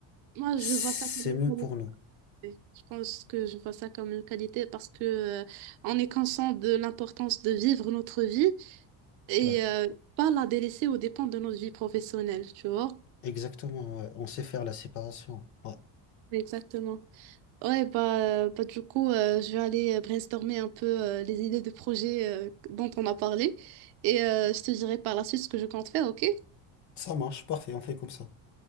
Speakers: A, on the right (about 65°); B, on the left (about 40°).
A: Moi,
B: c'est
A: je vois ça comme une
B: mieux
A: qualité.
B: pour nous.
A: Je pense que je vois ça comme une qualité parce que euh, on est conscient de l'importance de vivre notre vie et
B: Ouais.
A: euh, pas la délaisser aux dépens de notre vie professionnelle, tu vois?
B: Exactement, ouais. On sait faire la séparation. Ouais.
A: Exactement. Ouais, bah, euh, bah du coup, euh, je vais aller euh, brainstormer un peu euh, les idées de projets euh, dont on a parlé et euh, je te dirai par la suite ce que je compte faire, ok?
B: Ça marche, parfait, on fait comme ça.